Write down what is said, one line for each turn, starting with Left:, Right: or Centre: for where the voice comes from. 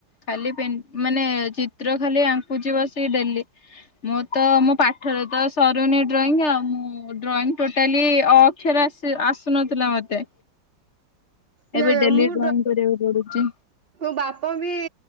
Left: ଖାଲି ପେନ୍ ମାନେ ଚିତ୍ର ଖାଲି ଆଙ୍କୁଛି ବସିକି ଡେଲି। ମୁଁ ତ ମୋ ପାଠରେ ତ ସରୁନି ଡ୍ରଇଂ। ଆଉ ମୁଁ ଡ୍ରଇଂ ଟୋଟାଲି ଅ ଖେରେ ଆସେ ଆସୁନଥିଲା ମତେ।
Right: ନା
Left: ଏବେ
Right: ନା
Left: ଡେଲି
Right: ମୁଁ
Left: ଡ୍ରଇଂ କରିବାକୁ ପଡୁଚି।
Right: ମୋ ବାପ ବି।